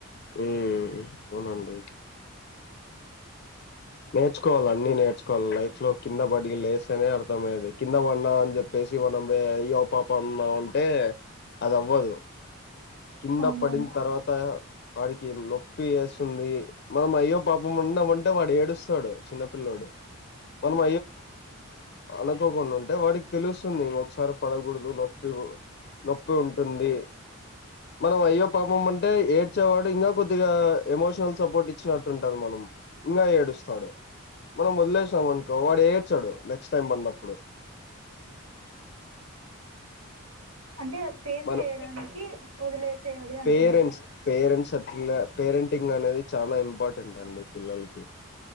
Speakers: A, on the left; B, on the right.
A: హ్మ్మ్ అవునండి నేర్చుకోవాలి అన్ని నేర్చుకోవాలి లైఫ్ లో కింద పడి లేస్తేనే అర్థమయ్యది కింద పడిన్నా అని చెప్పేసి మనం అయ్యో పాపన్నా అంటే అద అవ్వదు కింద
B: అవునవును
A: పడింతర్వాత వాడికి నొప్పి చేస్తుంది మనం అయ్యో పాపం అన్నాము అంటే వాడు ఏడుస్తాడు చిన్నపిల్లోడు మనం అనుకోకుండా ఉంటే వాడికి తెలుస్తుంది ఇంఒకసారి పడకూడదు నొప్పి నొప్పి ఉంటుంది మనం అయ్యో పాపం ఆంటే ఏడ్చేవాడు ఇంకా కొద్దిగా ఎమోషనల్ సపోర్ట్ ఇచ్చినట్టుంటది మనం ఇంకా ఏడుస్తాడు మనం వదిలేసినాం అనుకో వాడు ఏడ్చడు నెక్స్ట్ టైం పడినప్పుడు
B: అంటే ఫేస్
A: మనం
B: చేయడానికి వదిలేసేయాలి అంటున్నరు
A: పేరెంట్స్ పేరెంట్స్ అట్లా పేరెంటింగ్ అనేది చాలా ఇంపార్టెంట్ అండి పిల్లలకి